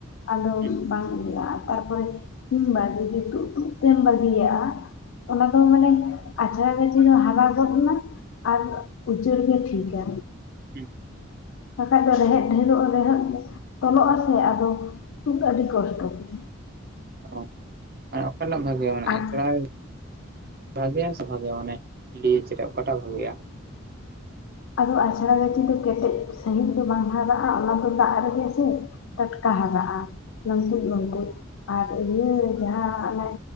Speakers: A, on the left; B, on the right.
A: ᱟᱫᱚᱢ
B: ᱦᱩᱸ
A: ᱵᱟᱝ ᱤᱭᱟᱹᱜᱼᱟ ᱛᱟᱨᱯᱚᱨᱮ ᱠᱤᱢᱵᱟ ᱡᱩᱫᱤ ᱛᱩᱫ ᱛᱩᱫ ᱛᱮᱢ ᱵᱟᱹᱜᱤᱭᱟᱜᱼᱟ ᱚᱱᱟ ᱫᱚ ᱢᱟᱱᱮ ᱟᱪᱷᱲᱟ ᱨᱮ ᱡᱮᱭ ᱦᱟᱨᱟ ᱜᱚᱫ ᱱᱟ ᱟᱨ ᱩᱪᱟᱹᱲ ᱜᱮ ᱴᱷᱤᱠᱟ
B: ᱦᱩᱸ
A: ᱵᱟᱠᱷᱟᱡ ᱫᱚ ᱨᱮᱦᱮᱫ ᱰᱷᱮᱨᱚᱜᱼᱟ ᱨᱮᱦᱮᱫ ᱛᱚᱞᱚᱜᱼᱟ ᱥᱮ ᱟᱫᱚ ᱛᱩᱫ ᱟᱹᱰᱤ ᱠᱚᱥᱴᱚ ᱜᱮᱭᱟ
B: ᱚ ᱢᱟᱱᱮ ᱚᱠᱴᱟᱜ ᱵᱷᱟᱜᱮ ᱢᱟᱱᱮ
A: ᱟᱨ
B: ᱟᱪᱷᱬᱟᱭ ᱵᱷᱟᱜᱮᱭᱟ ᱥᱮ ᱵᱷᱟᱜᱮ ᱢᱟᱱᱮ ᱞᱤᱪ ᱨᱮ ᱚᱠᱟᱴᱟᱜ ᱵᱷᱟᱜᱮᱭᱟ?
A: ᱟᱫᱚ ᱟᱪᱷᱲᱟ ᱜᱟᱹᱪᱷᱤ ᱫᱚ ᱠᱮᱴᱮᱡ ᱥᱟᱺᱦᱤᱡ ᱫᱚ ᱵᱟᱝ ᱦᱟᱨᱟᱜᱼᱟ, ᱚᱱᱟ ᱫᱚ ᱫᱟᱜ ᱨᱮᱜᱮ ᱥᱮ ᱴᱟᱴᱠᱟ ᱦᱟᱨᱟᱜᱼᱟ
B: ᱦᱩᱸ
A: ᱞᱟᱹᱝᱠᱩᱡ ᱵᱟᱹᱝᱠᱩᱡ ᱟᱨ ᱤᱭᱟᱹ ᱡᱟᱦᱟᱸ ᱚᱱᱮ